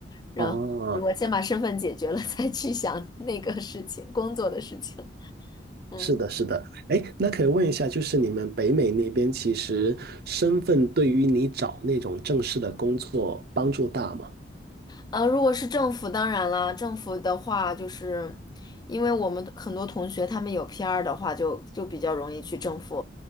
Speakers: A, on the left (about 25°); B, on the right (about 60°).
A: 然后如果先把身份解决了，
B: 哦，
A: <laughs> 再去想那个事情，工作的事情。嗯。
B: 是的，是的。哎，那可以问一下，就是你们北美那边其实身份对于你找那种正式的工作帮助大吗？
A: 呃，如果是政府，当然啦，政府的话，就是因为我们很多同学他们有 PR 的话就，就比较容易去政府，